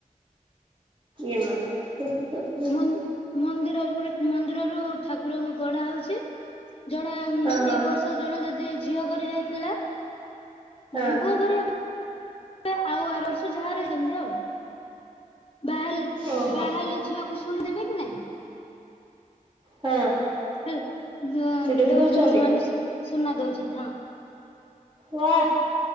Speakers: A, on the right; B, on the left.
A: ଏମା‌ ହୁଁ ହୁଁ।
B: ମନ୍ଦ ମନ୍ଦିରରୁ ଗୋଟେ ମନ୍ଦିରରୁ ଠାକୁରଙ୍କୁ ଗଢ଼ା ହଉଛି ଯଣେ ଉଁ
A: ହଁ ହଁ
B: ଏଇ ବର୍ଷ ଜଣେ ଯଦି ଝିଅ ଘରେ ହେଇଥିଲା ଜଣେ
A: ହଁ
B: ପୁଅ ଘରେ ହେବେ। ଆଉ ଆର ବର୍ଷ ଯାହା ରହିଛନ୍ତି ଆଉ। ବାହାହେଲେ
A: ଓହୋ
B: ବାହାହେଲେ ଝିଅକୁ ପୁଣି ଦେବେ କି ନାଇଁ?
A: ହଁ।
B: ହେଲା
A: ସେଟା ବି
B: ଦଉଚନ୍ତି
A: ଦଉଛନ୍ତି
B: ସେମାନେ ସୁ ସୁନା ଦଉଚନ୍ତି ହଁ।
A: ୱା